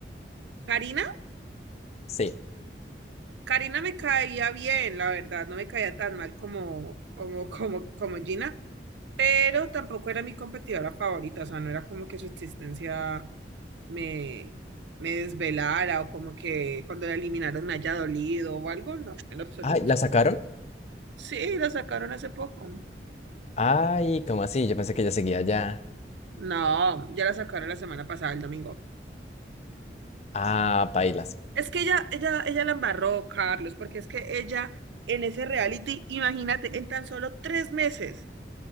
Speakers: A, on the right; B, on the left.
A: ¿Karina?
B: Sí.
A: Karina me caía bien, la verdad, no me caía tan mal como, como, como, como Gina, pero tampoco era mi competidora favorita, o sea, no era como que su existencia me, me desvelara o como que cuando la eliminaron me haya dolido o algo, no, en lo absoluto.
B: Ay, ¿la sacaron?
A: Sí, la sacaron hace poco.
B: Ay, ¿cómo así? Yo pensé que ella seguía allá.
A: No, ya la sacaron la semana pasada, el domingo.
B: Ah, pailas.
A: Es que ella, ella, ella la embarró, Carlos, porque es que ella en ese reality, imagínate, en tan solo tres meses,